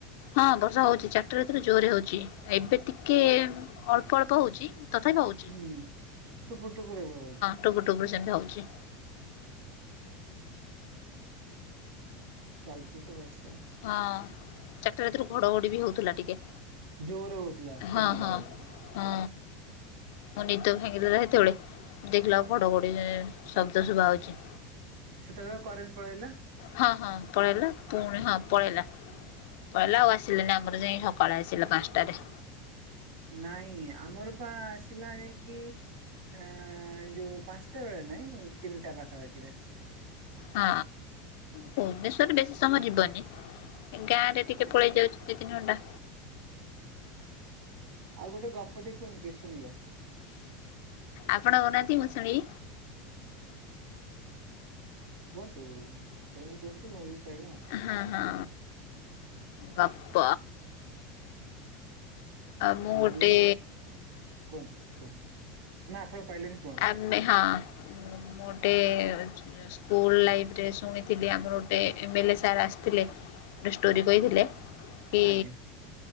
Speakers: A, on the left; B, on the right.
A: ହଁ ବର୍ଷା ହଉଛି ଚାରିଟା ଭିତରେ ଜୋରରେ ହଉଛି ଏବେ ଟିକେ ଅଳ୍ପ ଅଳ୍ପ ହଉଛି ତଥାପି ହଉଛି।
B: ହୁଁ ଟୁପୁର ଟୁପୁର ଏବେ ହଉଛି।
A: ଟୁପୁରୁ ଟୁପୁରୁ ସେମିତି ହଉଛି।
B: ଚାଲିଛି ତ ବର୍ଷ
A: ହଁ ଚାରିଟା ରାତିରୁ ଘଡଘଡି ବି ହଉଥିଲା ଟିକେ
B: ଜୋର ହଉଥିଲା
A: ହଁ
B: ତିନିଟା
A: ହଁ
B: ବେଳକୁ
A: ହଁ ମୋ ନିଦ ଭେଙ୍ଗିଦେଲା ସେତେବେଳେ ଦେଖିଲା କୁ ଘଡ଼ ଘୋଡ଼ି ଶବ୍ଦ ଶୁଭ ହଉଛି।
B: ସେତେବେଳେ ପା କରେଣ୍ଟ ପଳାଇଲା।
A: ହଁ ହଁ ପଳେଇଲା। ପୁଣି ହଁ ପଳେଇଲା ପଳେଇଲା ଆଉ ଆସିଲେନି ଆମର ଯାଇ ସକାଳେ ଆସିଲା ପାଞ୍ଚଟାରେ
B: ନାଇଁ ଆମର ପା ଆସିଲା ଯାଇକି ଅ ଯୋଉ ପାଞ୍ଚଟା ବେଳେ ନହିଁ ତିନିଟା ପାଖାପାଖିରେ ଆସିଲା।
A: ହଁ ଭୁବନେଶ୍ଵରରେ ବେଶୀ ସମୟ ଯିବନି ଗାଁ ରେ ଟିକେ
B: ହଁ।
A: ପଳେଇ ଯାଉଛି। ଦି ତିନି ଘଣ୍ଟା
B: ଆଉ ଗୋଟେ ଗପ ଟେ କୁହନ୍ତୁ ଶୁଣିବା।
A: ଆପଣ କହୁନାହାନ୍ତି ମୁଁ ଶୁଣବି।
B: କୁହନ୍ତୁ। ଆପଣ ବି କୁହନ୍ତୁ, ମୁଁ ବି କହିବା ଆଉ
A: ହଁ ହଁ ଗପ ମୁଁ ଗୋଟେ
B: ନନ୍ଦନକା ହଁ କୁହନ୍ତୁ କୁହନ୍ତୁ ନା ଆପଣ କହିଲେନି। କୁହନ୍ତୁ
A: ଏମ ଏ ହଁ ମୋଟେ ସ୍କୁଲ ଲାଇଫିରେ ଶୁଣିଥିଲି ଆମର ଗୋଟେ ଏ ମେ ଲେ ସାର୍ ଆସିଥିଲେ। ଗୋଟେ ଷ୍ଟୋରି କହିଥିଲେ କି
B: ଆଜ୍ଞା